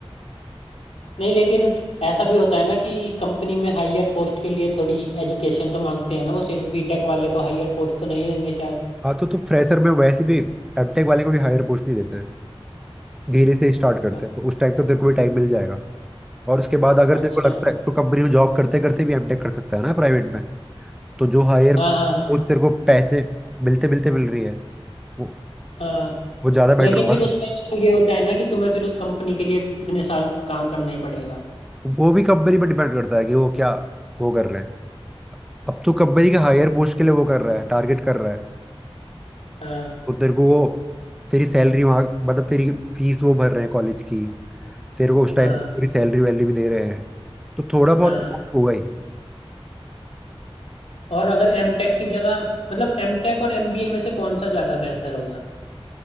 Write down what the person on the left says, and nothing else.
नहीं लेकिन ऐसा भी होता है ना कि कंपनी में हायर पोस्ट के लिए थोड़ी एजुकेशन तो मांगते हैं ना वो सिर्फ बीटेक वाले को हायर पोस्ट तो नहीं देंगे शायद
अ-
अच्छा
हाँ
हाँ हाँ
हाँ
लेकिन
फिर उसमें तो ये होता है ना कि तुम्हें फिर उस कंपनी के लिए इतने साल काम करना ही पड़ेगा
हाँ
हाँ
हाँ
और अगर एम टेक की जगह मतलब एम टेक और एम बी ए में से कौन सा ज़्यादा बेहतर होगा